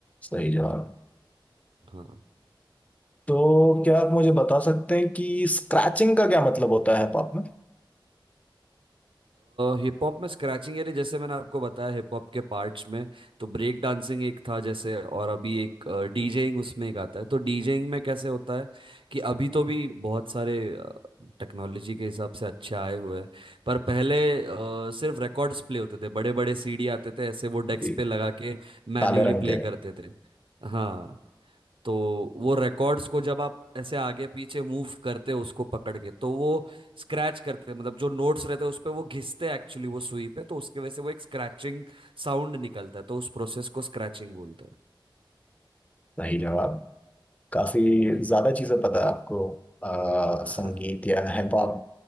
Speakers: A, on the left (about 15°); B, on the right (about 85°).
A: सही जवाब
B: हाँ।
A: तो क्या आप मुझे बता सकते हैं कि स्क्रैचिंग का क्या मतलब होता है हिप हॉप में
B: हिप हॉप में स्क्रैचिंग यानी जैसे मैंने आपको बताया हिप हॉप के पार्ट्स में तो ब्रेक डांसिंग एक था जैसे और अभी एक डीजेइंग उसमें एक आता है तो डीजेइंग में कैसे होता है कि अभी तो भी बहुत सारे टेक्नोलॉजी के हिसाब से अच्छे आए हुए हैं पर पहले अ, सिर्फ रिकॉर्ड्स प्ले होते थे बड़े बड़े सीडी आते थे ऐसे वो डेस्क
A: जी
B: पे लगा के मैन्युअली
A: काले रंग के
B: प्ले
A: है।
B: करते थे हाँ तो वो रिकॉर्ड्स को जब आप ऐसे आगे पीछे मूव करते हो उसको पकड़ के तो वो स्क्रैच करते मतलब जो नोट्स रहते हैं उस पे वो घिसते एक्चुअली वो सुई पे तो उसके वजह से वो एक स्क्रैचिंग साउंड निकलता है तो उस प्रोसेस को स्क्रैचिंग बोलते हैं
A: सही जवाब काफी
B: हम्म।
A: ज्यादा चीजें पता है आपको अ,
B: <laughs>
A: संगीत
B: हाँ
A: या हिप हॉप